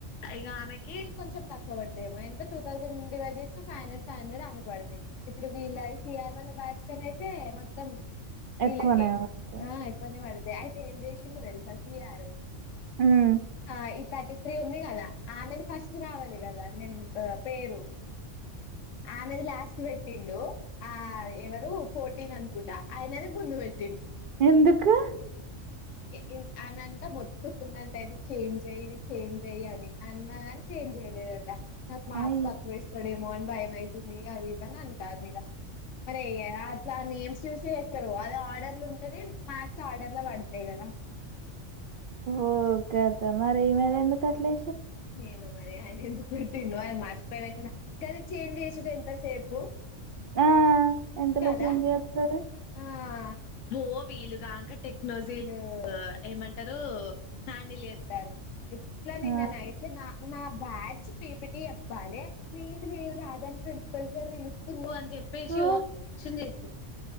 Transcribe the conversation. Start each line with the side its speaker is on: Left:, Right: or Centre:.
Left: ఇగ ఆమెకి కొంచెం తక్కువ పడ్తయేమో ఎంత టూ థౌసండ్ డివైడ్ చేసిన ఫైవ్ ఫైవ్ హండ్రెడ్ ఆమెకు పడతాయి. ఇప్పుడు వీళ్ళ సిఆర్ వాల్ల బ్యాచ్ కని అయితే మొత్తం వీళ్లకే
Right: ఎక్కువనే పడతది.
Left: ఆ ఎక్కువనే పడతయ్ అయితే ఏం చేసిండో తెలుసా సిఆరు
Right: హ్మ్.
Left: ఆ ఇ థర్టీ త్రీ ఉంది కదా ఆమెది ఫస్ట్ రావాలి కదా నేమ్ పేరు ఆమెది లాస్ట్ పెట్టిండు ఆ ఎవరు ఫోర్టీన్ అనుకుటా ఆయనది ముందు పెట్టిండు.
Right: ఎందుకు
Left: ఇం ఆమెంతా మొత్తుకుంద ఇది చేంజ్ అయ్యి ఇది చేంజ్ అయ్యి అని అన్నా కాని చేంజ్ చెయ్యలేదట నాకు మార్క్స్
Right: అయ్!
Left: తక్కువ ఏస్తాడుమో అన్ భయంమైతుంది అది ఇద అంటాది ఇగ మరియ అట్లా నేమ్స్ చూసి ఏస్తరు అది ఆర్డర్లు ఉంటేనే మ్యాథ్స్ ఆర్డర్ లో పడతయ్ కదా
Right: ఓకేద మరి ఈమెల్ ఎందుకు అట్లే
Left: ఏమో మరి ఆయన ఎందుకుపెట్టిండో అది మర్చిపోయి పెట్టినా కానీ ఛేంజ్ చేసేది ఎంతసేపు
Right: ఆ! ఎంతలో
Left: కదా
Right: చేంజ్ జేత్తరు?
Left: ఆ ఓ వీలుగాంక టెక్నోజీలు ఏమంటారు హ్యాండిల్ చేత్తారు. ఇట్లా నిన్న
Right: ఆ!
Left: నై నా బ్యాచ్ పీపిటీ చెప్పాలి లేదు లేదు రాదని ప్రిన్సిపల్ సార్ పిలుస్తు అ చెప్పేసి
Right: ఆ!
Left: ఒవరాక్షన్ చేసింది